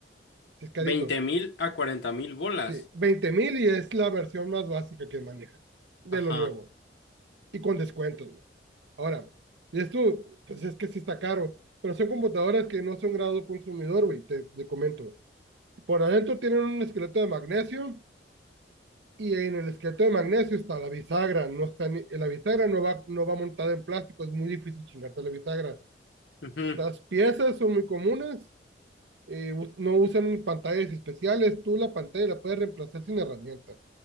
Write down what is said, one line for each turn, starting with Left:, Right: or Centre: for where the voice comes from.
Right: si es carito.
Left: Veinte mil a cuarenta mil bolas.
Right: Sí, 20 mil y es la versión más básica que maneja de
Left: Ajá.
Right: lo nuevo y con descuentos. güey. Ahora, y esto, pues es que sí está caro, pero son computadoras que no son grado consumidor, güey, te, te comento. Por adentro tienen un esqueleto de magnesio y en el esqueleto de magnesio está la bisagra, no está ni- la bisagra no va, no va montada en plástico, es muy difícil chingarte la bisagra.
Left: Ujú,
Right: Las piezas son muy comunes, eh, us- no usan pantallas especiales, tú la pantalla la puedes reemplazar sin herramienta.